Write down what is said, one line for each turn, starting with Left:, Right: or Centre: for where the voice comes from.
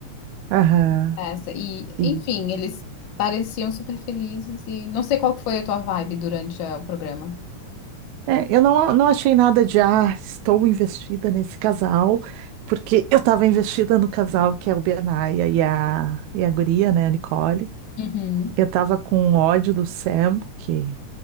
Right: aham,
Left: Essa. E,
Right: e.
Left: enfim, eles pareciam super felizes e não sei qual que foi a tua vibe durante eh, o programa.
Right: É, eu não, não achei nada de, ah, estou investida nesse casal, porque eu estava investida no casal que é o Bernaia e a, e a guria, né, a Nicole.
Left: Uhum.
Right: Eu estava com ódio do Sam, que,